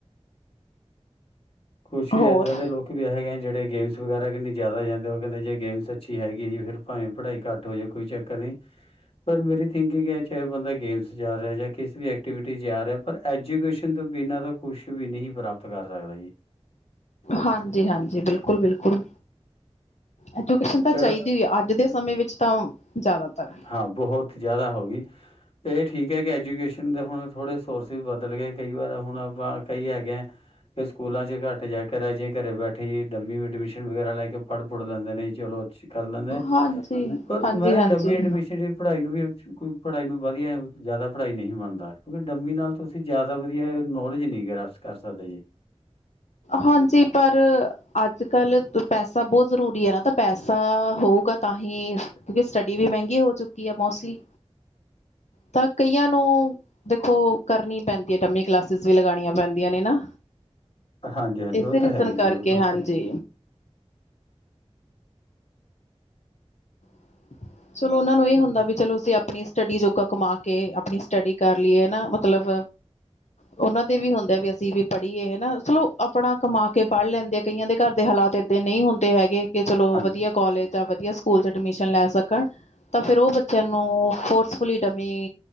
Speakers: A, on the left (about 60°); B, on the left (about 85°).
A: ਕੁਛ
B: ਹੋਰ,
A: ਇੱਦਾਂ ਦੇ ਲੋਕ ਵੀ ਹੈਗੇ ਹੈ ਜਿਹੜੇ ਗੇਮਸ ਵਗੈਰਾ ਕਿੰ ਜ਼ਿਆਦਾ ਜਾਂਦੇ ਉਹ ਕਹਿੰਦੇ ਜੇ ਗੇਮਸ ਅੱਛੀ ਹੈਗੀ ਜੀ ਫਿਰ ਭਾਵੇਂ ਪੜ੍ਹਾਈ ਘੱਟ ਹੋ ਜਾਵੇ ਕੋਈ ਚੱਕਰ ਨਹੀਂ ਪਰ ਮੇਰੀ ਥਿੰਕਿੰਗ ਇਹ ਚਾਹੇ ਬੰਦਾ ਗੇਮਸ ਜਾ ਰਿਹਾ ਜਾਂ ਕਿਸੇ ਵੀ ਐਕਟੀਵਿਟੀ ਜਾ ਰਿਹਾ ਪਰ ਐਜੂਕੇਸ਼ਨ ਤੋਂ ਬਿਨਾਂ ਤਾਂ ਕੁਛ ਵੀ ਨਹੀਂ ਪ੍ਰਾਪਤ ਕਰ ਸਕਦਾ ਜੀ।
B: ਹਾਂਜੀ-ਹਾਂਜੀ ਬਿਲਕੁਲ-ਬਿਲਕੁਲ, ਐਜੂਕੇਸ਼ਨ ਤਾਂ
A: ਫਿਰ
B: ਚਾਹੀਦੀ ਈ ਐ ਅੱਜ ਦੇ ਸਮੇਂ ਵਿੱਚ ਤਾਂ ਜ਼ਿਆਦਾਤਰ।
A: ਹਾਂ ਬਹੁਤ ਜ਼ਿਆਦਾ ਹੋ ਗਈ ਇਹ ਠੀਕ ਹੈ ਕਿ ਐਜੂਕੇਸ਼ਨ ਦੇ ਹੁਣ ਥੋੜ੍ਹੇ ਸੋਰਸਿਸ ਬਦਲ ਗਏ ਕਈ ਵਾਰ ਹੁਣ ਆਪਾਂ ਕਈ ਹੈਗੇ ਹਾਂ। ਫ ਸਕੂਲਾਂ ਚ ਘੱਟ ਅਤੇ ਜਾ ਕੇਰ ਅਜੇ ਘਰੇ ਬੈਠੇ ਜੀ ਡੰਮੀ ਐਡਮਿਸ਼ਨ ਵਗੈਰਾ ਲੈ ਕੇ ਪੜ੍ਹ ਪੁੜ ਲੈਂਦੇ ਨੇ ਜ ਚਲੋ ਅ ਕਰ ਲੈਂਦੇ,
B: ਹਾਂਜੀ,
A: ਪਰ
B: ਹਾਂਜੀ,
A: ਮੈਂ
B: ਹਾਂਜੀ।
A: ਡਮੀ ਐਡਮਿਸ਼ਨ ਦੀ ਪੜ੍ਹਾਈ ਨੂੰ ਵੀ ਕੋਈ ਪੜ੍ਹਾਈ ਨੂੰ ਵਧੀਆ ਜ਼ਿਆਦਾ ਪੜ੍ਹਾਈ ਨਹੀਂ ਮੰਨਦਾ ਕਿਉਂਕਿ ਡੰਮੀ ਨਾਲ ਤੁਸੀਂ ਜ਼ਿਆਦਾ ਵਧੀਆ ਨੌਲੇਜ ਨਹੀਂ ਕਰਾ ਸਕਦੇ। ਕਰ ਸਕਦੇ ਜੀ।
B: ਹਾਂਜੀ ਪਰ ਅੱਜ ਕੱਲ ਪੈਸਾ ਬਹੁਤ ਜ਼ਰੂਰੀ ਹੈ ਨਾ ਤਾਂ ਪੈਸਾ ਹੋਊਗਾ ਤਾਂ ਹੀ ਕਿਉਂਕਿ ਸਟੱਡੀ ਵੀ ਮਹਿੰਗੀ ਹੋ ਚੁੱਕੀ ਆ ਮੋਸਟਲੀ ਤਾਂ ਕਈਆਂ ਨੂੰ ਦੇਖੋ ਕਰਨੀ ਪੈਂਦੀ ਹੈ ਡਮੀ ਕਲਾਸਿਸ ਵੀ ਲਗਾਣੀਆਂ ਪੈਂਦੀਆਂ ਨੇ ਨਾ,
A: ਹਾਂਜੀ ਹਾਂਜੀ
B: ਇਸੇ
A: ਉਹ ਤਾਂ
B: ਰੀਜ਼ਨ
A: ਹੈ ਹੀ ਚਲੋ
B: ਕਰਕੇ
A: ਮੈਂ
B: ਹਾਂਜੀ <unintelligible> ਚਲੋ ਉਹਨਾਂ
A: ਤੁਹਾਨੂੰ
B: ਨੂੰ ਇਹ ਹੁੰਦਾ ਵੀ ਚਲੋ ਅਸੀਂ ਆਪਣੀ ਸਟੱਡੀ ਜੋਗਾ ਕਮਾ ਕੇ ਆਪਣੀ ਸਟੱਡੀ ਕਰ ਲਈਏ ਮਤਲਬ ਉਹਨਾਂ ਦੇ ਵੀ ਹੁੰਦੇ ਵੀ ਅਸੀਂ ਵੀ ਪੜ੍ਹੀਏ ਹਨਾ ਚਲੋ ਆਪਣਾ ਕਮਾ ਕੇ ਪੜ੍ਹ ਲੈਂਦੇ ਆ ਕਈਆਂ ਦੇ ਘਰ ਦੇ ਹਾਲਾਤ ਏਦ ਨਹੀਂ ਹੁੰਦੇ। ਹੈਗੇ ਕਿ ਚਲੋ
A: ਹਾਂਜੀ
B: ਵਧੀਆ ਕਾਲਜ ਆ ਵਧੀਆ ਸਕੂਲ ਐਡਮਿਸ਼ਨ, ਲੈ ਸਕਣ ਤਾਂ ਫਿਰ ਉਹ ਬੱਚਿਆਂ ਨੂੰ ਫੋਰਸਫੁਲੀ ਡਮੀ